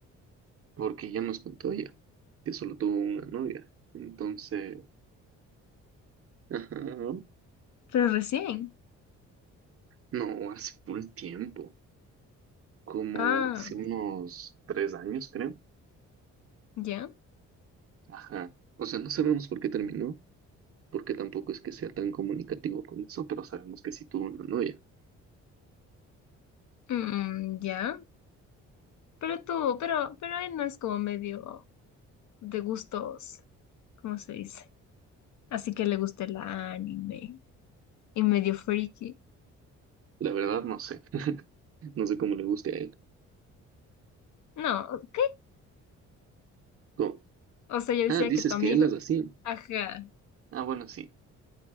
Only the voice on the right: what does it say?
porque ya nos contó ella, que solo tuvo una novia. Entonces, ajá,
no, hace full tiempo. como
hace unos tres años, creo.
Ajá. O sea, no sabemos por qué terminó, porque tampoco es que sea tan comunicativo con eso, pero sabemos que sí tuvo una novia.
La verdad, no sé. <laughs> No sé cómo le guste a él.
¿Cómo?
Ah, dices
que él es así.
Ah, bueno, sí.